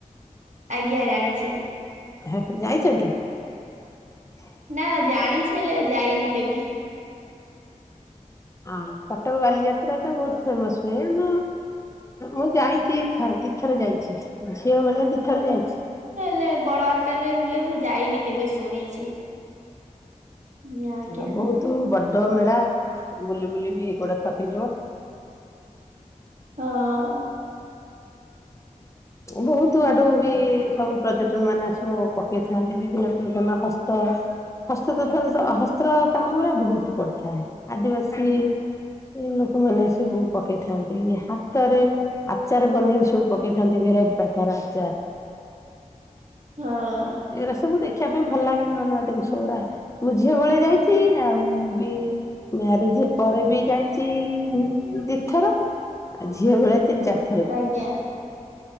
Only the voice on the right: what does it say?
ଆଜ୍ଞା ଜାଣିଛି।
ନା ଜାଣିଛି ହେଲେ ଯାଇନି କେବେ।
ଲେ ବଡ ଆକାରରେ ହୁଏ ମୁଁ ଯାଇନି କେବେ ଶୁଣିଛି। ଆଜ୍ଞା
ହଁ
ହଁ।
ଆଜ୍ଞା।